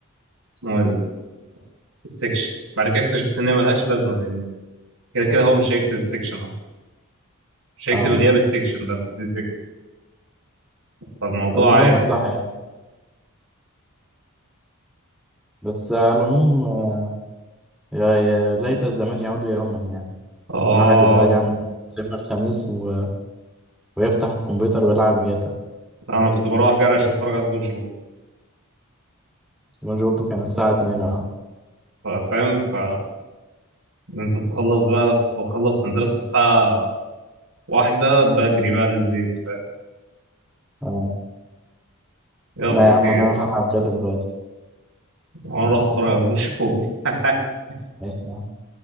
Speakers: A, on the right (about 70°); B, in the centre.
A: اسمه ايه ده السكشن بعد كده اكتشفت ان هي ملهاش لازمه لان كده كده هو مش هيكتب السكشن اصلا مش هيكتب
B: اه
A: غياب السكشن بس دي فكره فالموضوع
B: طب والله
A: عادي
B: مصلحة
A: يعني
B: يعني بس على العموم آه، يا يا ليت الزمان يعود يوما يعني
A: اه
B: الواحد يبقى راجع من سينما الخميس و... ويفتح الكمبيوتر ويلعب جاتا
A: انا كنت بروح جرش اتفرج على سبونج بوب
B: يبقى جوبه كان الساعة 2 اه
A: ف- فاهم ف انت تخلص بقى كنت بخلص من دراسة الساعة واحدة بجري بقى للبيت فاهم
B: آه.
A: يلا
B: لا يا
A: خير
B: عم انا اروح العب جاتا دلوقتي
A: واروح اتفرج على سبونج بوب <laughs>
B: ماشي يا عم.